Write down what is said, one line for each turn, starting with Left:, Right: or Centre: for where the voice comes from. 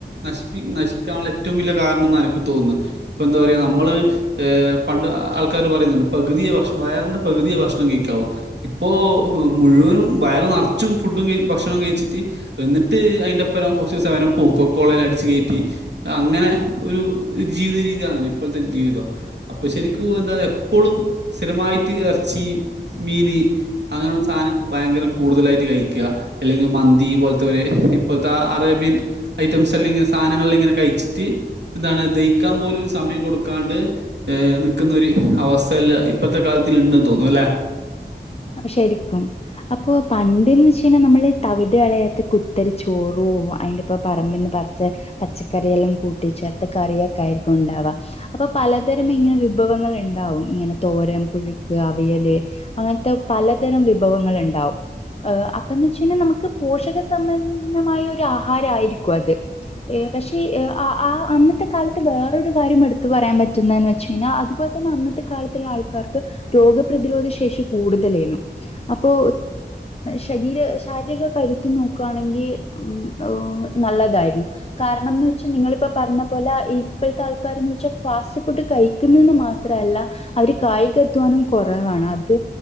Right: നശിപ്പ നശിക്കാനുള്ള ഏറ്റവും വലിയ കാരണം എനിക്ക് തോന്നുന്നു ഇ എന്താ പറയാുക നമ്മള് ഏഹ് പണ്ട് ആൾക്കാർ പറയുന്നുണ്ട് പകുതിയ ഭക്ഷണം വയറിൻന്റെറെ പകുതിയ ഭക്ഷണം കഴിക്കാവും ഇപ്പോ മുഴുവനും വയറ നിറച്ചും ഫുഡും കഴ ഭക്ഷണംവും കഴിച്ചിട്ട് എന്നിട്ട് അതിന്റെപ്പുരം കുറച്ച് ദിവസം അവെ പൂക്കോ കോളേൽ അടിച്ചു കയറ്റി അങ്ങനെ ഒരു ജീവിത രീതിയാണല്ലേ ഇപ്പോഴത്തെ ജീവിതം അപ്പൊ ശരിക്കും എന്താ ഇപ്പോഴും സ്ഥിരമായിട്ട് ഇറച്ചി മീന് അങ്ങനെയുള്ള സാധനങ്ങ ഭയങ്കരം കൂടുതലായിട്ട് കഴിക്കുക അല്ലെങ്കിൽ മന്തി പോലത്തെവരെ ഇപ്പോഴത്തെ അറേബ്യൻ ഐറ്റംസ് അല്ലെ സാധനങ്ങള ഇങ്ങനെ കഴിച്ചിട്ട് എന്താണ് ദഹക്കാൻ പോലും ഒരു സമയം കൊടുക്കാണ്ട് നിൽക്കുന്നൊ ഒരു അവസ്ഥ സെല് ഇപ്പോഴത്തെ കാലത്തി ഉണ്ടന്ന് തോന്നുന്നു അല്ലേ
Left: ശരിക്കും അപ്പൊ പണ്ട്ന്ന് വെച്ച കഴിഞ്ഞാൽ നമ്മള് തവിട കളയാത്ത കുത്തരി ചോറോ അതിന്റെ ഇപ്പ പറമ്പിൽന്ന് പറിച്ച് പച്ചക്കറിയെല്ലാം കൂട്ടി ചേർത്ത കറിയൊക്കെ ആയിരിക്കും ഉണ്ടാവാ അപ്പൊ പലതരം ഇങ്ങനെ വിഭവങ്ങൾ ഉണ്ടാവും ഇങ്ങനെ തോരം പുഴുക്ക് അവിയല് അങ്ങന പലതരം വിഭവങ്ങൾ ഉണ്ടാവും അപ്പന്ന് വെച്ച കഴിഞ്ഞാൽ നമുക്ക് പോഷക സംബന്ധമായ ഒരു ആഹാരയിരിക്കും അത് പക്ഷേ ആഹ് അന്നത്തെ കാലത്ത് വേറൊരു കാര്യം എടുത്തു പറയാൻ പറ്റുന്നതന്ന് വെച്ച കഴിഞ്ഞാൽ അതുപോലെ ദേ അന്നത്തെ കാലത്തുള്ള ആൾക്കാർക്ക് രോഗപ്രതിരോധ ശേഷി കൂടുതലേനും അപ്പൊ ശരീര ശാരീരിക കരുത്ത് നോക്കുകയാണെങ്കിൽ ഉം നല്ലതായിരുന്നു കാരണംന്ന് വെച്ചാൽ നിങ്ങിപ്പ പറഞ്ഞ പോലെ ഇപ്പോഴത്തെ ആൾക്കാരന്ന് വെച്ചാ ഫാസ്റ്റ് ഫുഡ് കഴ ന്ന് മാത്രല്ല അവര് കായികധ്വാനം കുറവാണ് അത്